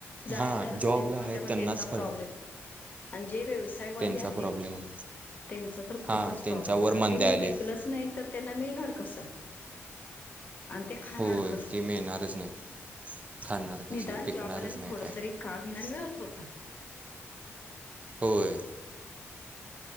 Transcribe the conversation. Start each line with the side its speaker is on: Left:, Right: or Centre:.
Left: जायला
Right: हां
Left: रस्ते
Right: जॉबला
Left: बंद
Right: आहेत
Left: त्यामुळे
Right: त्यांनाच
Left: त्यांचा
Right: पण
Left: प्रॉब्लेम अनं जे व्यवसाय साय वाली
Right: त्यांचा
Left: आहेत,
Right: प्रॉब्लेम आहे
Left: त्यांचा तर खूपच
Right: हां त्यांच्यावर
Left: प्राॅब्लेम कारण
Right: मंदे
Left: त्यांनी
Right: आले
Left: काय विकलच नाही तर त्यांना मिळणार कसं आणि ते खाणार
Right: होय
Left: कसे
Right: ते मिळणारच नाही खाणार कसे
Left: निदान
Right: पिकणारच
Left: जाॅबवाल्याना
Right: नाही
Left: थोडं
Right: काय
Left: तरी काहींना मिळत होतं.
Right: होय.